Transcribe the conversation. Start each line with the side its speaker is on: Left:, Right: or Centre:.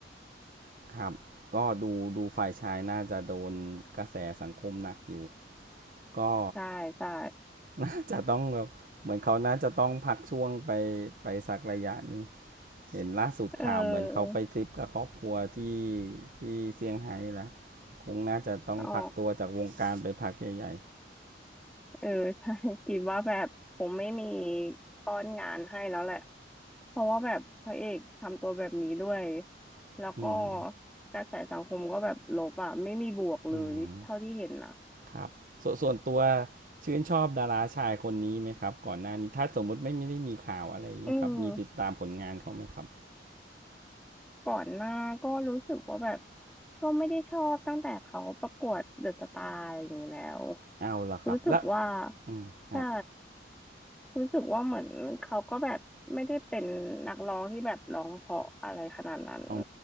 Right: ครับก็ดูดูฝ่ายชายน่าจะโดนกระแสสังคมหนักอยู่ก็
Centre: ใช่ใช่
Right: น่าจะต้องแบบเหมือนเขาน่าจะต้องพักช่วงไปไปสักระยะนึง เห็นล่าสุดข่าวเหมือนเขาไปทริปกับครอบครัวที่
Centre: เออ
Right: ที่เซี่ยงไฮ้ละคงน่าจะต้องพักตัวจากวงการไปพักใหญ่
Centre: อ๋อเออ <laughs> ใช่ <laughs> กิบว่าแบบผมไม่มีป้อนงานให้แล้วแหละเพราะว่าแบบพระเอกทำตัวแบบนี้ด้วย
Right: ๆอืม
Centre: แล้วก็กระแสสังคมก็แบบลบอ่ะไม่มีบวกเลยเท่าที่เห็นนะ
Right: อืมครับสส่วนตัวชื่นชอบดาราชายคนนี้ไหมครับก่อนหน้านี้ถ้าสมมุติไม่ไมด้มีข่าวอะไรเงี้ยครับมีติดตามผลงานเขาไหมครับ
Centre: อืม ก่อนหน้าก็รู้สึกว่าแบบก็ไม่ได้ชอบตั้งแต่เขาประกวดเดอะสตาร์อะไรอย่างนี้แล้ว
Right: เอาละครับแล้ว
Centre: รู้สึกว่า
Right: อืมฮะ
Centre: ใช่รู้สึกว่าเหมือนเขาก็แบบไม่ได้เป็นนักร้องที่แบบร้องเพราะอะไรขนาดนั้น
Right: อื